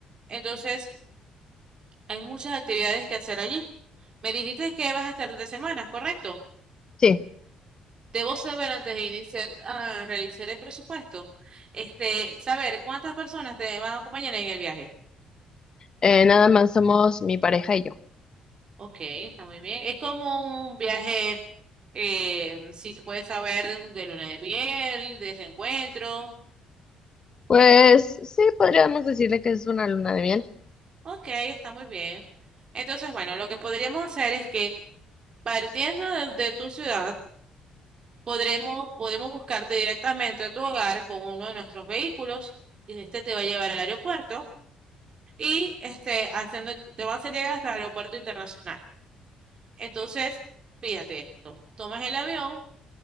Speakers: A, on the right; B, on the left.
A: Entonces, hay muchas actividades que hacer allí. Me dijiste que vas a estar tres semanas, ¿correcto?
B: Sí,
A: Debo saber antes de iniciar a realizar el presupuesto, este, saber cuántas personas te van a acompañar en el viaje.
B: eh, nada más somos mi pareja y yo.
A: Ok, está muy bien. Es como un viaje, eh, si se puede saber, de luna de miel, de reencuentro.
B: Pues sí, podríamos decirle que es una luna de miel.
A: Ok, está muy bien. Entonces, bueno, lo que podríamos hacer es que partiendo de, de tu ciudad, podremos, podemos buscarte directamente a tu hogar con uno de nuestros vehículos y este te va a llevar al aeropuerto y este, haciendo, te va a hacer llegar hasta el aeropuerto internacional. Entonces, fíjate esto, tomas el avión,